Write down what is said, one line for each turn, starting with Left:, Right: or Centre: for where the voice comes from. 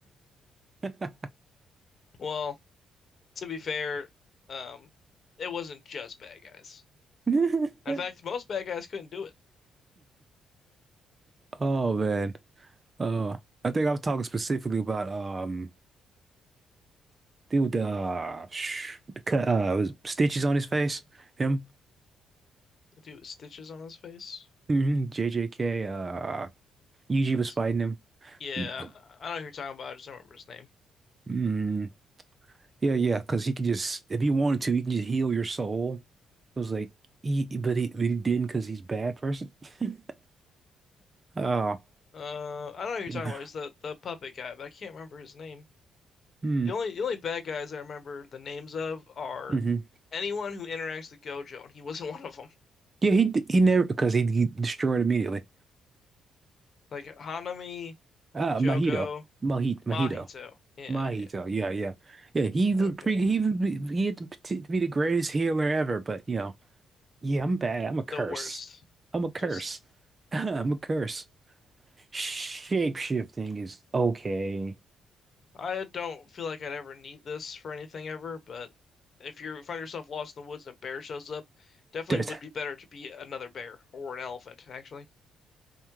Right: guy.
Left: Well, to be fair, um, it wasn't just bad guys.
Right: <laughs>
Left: In fact, most bad guys couldn't do it.
Right: Oh man. Uh, I think I was talking specifically about um dude the uh, sh- the cut uh was stitches on his face. Him.
Left: The dude with stitches on his face.
Right: hmm JJK, uh, Yuji
Left: What's
Right: was fighting him.
Left: yeah,
Right: Mm,
Left: I know who you're talking about. I just don't remember his name.
Right: Mm, yeah, yeah, because he could just, if he wanted to, he can just heal your soul. It was like, he, but he, but he didn't because he's a bad person. <laughs> Oh,
Left: Uh, I don't know who you're
Right: yeah.
Left: talking about. He's the the puppet guy, but I can't remember his name.
Right: Mm,
Left: The only the only bad guys I remember the names of are
Right: hmm Mm-hmm.
Left: anyone who interacts with Gojo, and he wasn't <laughs> one of them.
Right: Yeah, he d- he never because he, he destroyed immediately.
Left: Like Hanami,
Right: Ah,
Left: Jogo,
Right: Mahito, Mahito, Mahito,
Left: Mahito. Yeah,
Right: Mahito.
Left: yeah.
Right: Yeah, yeah, yeah. He the
Left: Okay.
Right: cre- he was- he had the poti- to be the greatest healer ever, but you know, yeah, I'm bad. I'm a curse.
Left: the worst.
Right: I'm a curse.
Left: Just
Right: <laughs> I'm a curse. Shapeshifting is okay.
Left: I don't feel like I'd ever need this for anything ever, but if you find yourself lost in the woods and a bear shows up, definitely
Right: <laughs>
Left: would be better to be another bear or an elephant, actually.